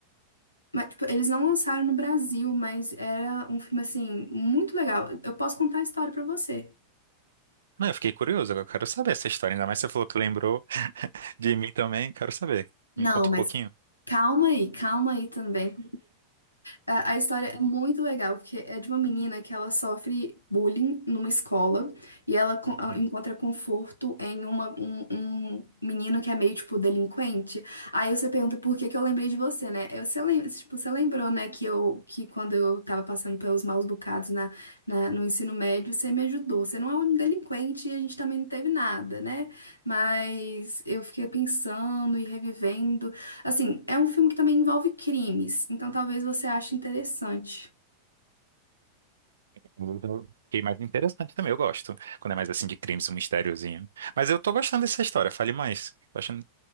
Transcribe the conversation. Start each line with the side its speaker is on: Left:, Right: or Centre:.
Left: Mas, tipo, eles não lançaram no Brasil, mas era um filme, assim, muito legal. Eu posso contar a história pra você.
Right: Não, eu fiquei curioso, agora eu quero saber essa história. Ainda mais você falou que lembrou de mim também, quero saber.
Left: Não,
Right: Me conta um
Left: mas
Right: pouquinho.
Left: calma aí, calma aí também, A, a história é muito legal, porque é de uma menina que ela sofre bullying numa escola e ela co- a-
Right: Hum.
Left: encontra conforto em uma, um, um menino que é meio, tipo, delinquente. Aí você pergunta por que que eu lembrei de você, né? Eu, você, lem- tipo, você lembrou, né, que eu que quando eu tava passando pelos maus bocados na, na- no ensino médio, você me ajudou. Você não é um delinquente e a gente também não teve nada, né? Mas eu fiquei pensando e revivendo. Assim, é um filme que também envolve crimes, então talvez você ache interessante.
Right: Eu Fiquei mais interessante também, eu gosto. Quando é mais assim de crimes, um mistériozinho. Mas eu tô gostando dessa história, fale mais. Tô achando...